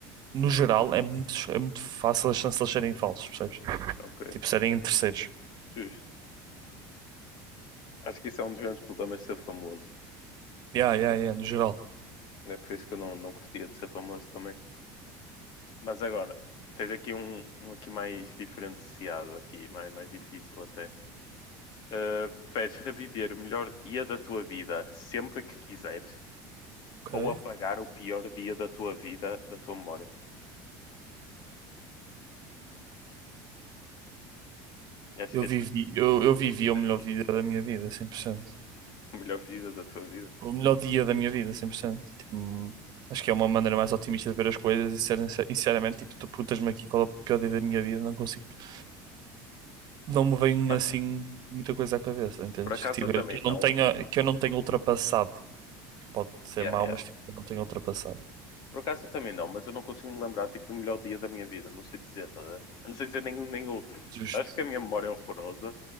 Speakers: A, on the right (about 50°); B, on the left (about 50°).
A: no geral é muito, é muito fácil as chances de eles serem falsos, percebes?
B: Ok,
A: Tipo, serem terceiros.
B: justo. Acho que isso é um dos grandes problemas de ser famoso.
A: Yeah, yeah, yeah, no geral.
B: É por isso que eu não, não curtia de ser famoso também. Mas agora, tens aqui um, um aqui mais diferenciado, aqui, mais, mais difícil até. Uh, preferes reviver o melhor dia da tua vida sempre que quiseres
A: Ok.
B: ou apagar o pior dia da tua vida da tua memória? Eu Acho
A: Eu
B: que este
A: vivi, eu, eu vivi o
B: é
A: melhor
B: difícil.
A: vida da
B: <laughs>
A: minha vida, 100%.
B: O melhor vida da tua vida.
A: O melhor dia da minha vida, 100%. Tipo, acho que é uma maneira mais otimista de ver as coisas e, ser- sinceramente, tipo, tu perguntas-me aqui qual é o pior dia da minha vida, não consigo. tipo, Não me vem
B: Mano,
A: assim muita coisa à cabeça, entendes?
B: por acaso
A: Que, tipo,
B: eu também
A: que eu
B: não.
A: não tenha, que eu não tenha ultrapassado. Pode ser
B: Yeah,
A: mau,
B: yeah.
A: mas tipo, eu não tenho ultrapassado.
B: Por acaso eu também não, mas eu não consigo me lembrar tipo, do melhor dia da minha vida. Não sei dizer, tá? a ver? Eu não sei dizer nenhum nem outro.
A: Justo.
B: Acho que a minha memória é horrorosa,